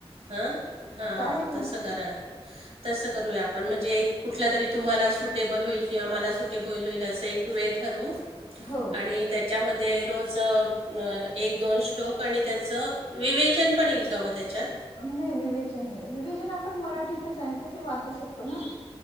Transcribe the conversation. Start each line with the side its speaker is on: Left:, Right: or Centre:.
Right: हा हा
Left: चालेल ना
Right: तसं कराय तसं करूया आपण म्हणजे एक कुठलं तरी तुम्हाला सुटेबल होईल किंवा मला सुटेबल होईल असं तु ए ठर
Left: हो
Right: आणि त्याच्यामध्ये रोज एक दोन श्लोक आणि त्याचं विवेचन पण येईल का मग त्याच्यात
Left: नाही विवेचन नाही विवेचन आपण मराठीतच आहे तर ते वाचू शकतो ना